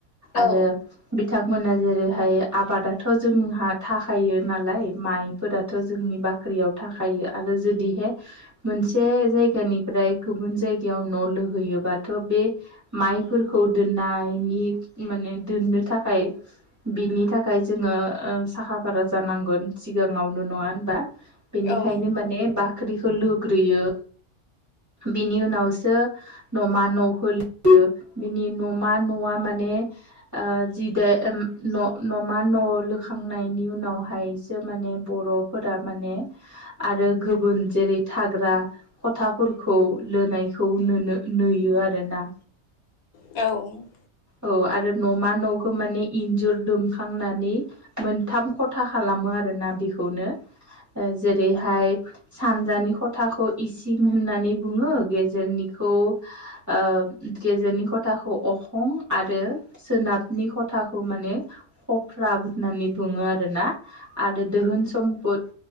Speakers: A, on the right (about 15°); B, on the left (about 85°).
A: आरो
B: औ
A: बिथांमोना जेरैहाय आबादाथ' जोंहा था थायो नालाय माइफोराथ' जोंनि बाख्रियाव थाखायो आरो जुदिहे मोनसे जायगानिफ्राय गुबुन जायगायाव न' लुहैयोबाथ' बे माइफोरखौ दोननायनि माने दोननो थाखाय बिनि थाखाय जोङो ओ साहा बारा जानांगोन सिगाङावनो' नङा होनबा? बेनिखायनो
B: औ
A: माने बा ख्रिखो लुग्रोयो बेनि उनावसो न'मा न' होल <unintelligible> यो बिनि न'मा न'आ माने ओ जि दे न'-न'मा न' लुखांनाय नायनि उनावहायसो माने बर'फोरा माने आरो गुबुन जेरै थाग्रा खथाफोरखौ लुनायखौ नुनो नुयो आरोना।
B: औ
A: औ आरो न'मा न'खो माने इन्जुर दुमखांनानै मोनथाम खथा खालामो आरोना बेखौनो जेरैहाय सानजानि खथाखौ इसिं होननानै बुङो गेजेरनिखौ ओ गेजेरनि खथाखौ अखं आरो सोनाबनि खथाखौ माने ख'फ्रा बु होननानै बुङो आरोना आरो दोहोन सम्पद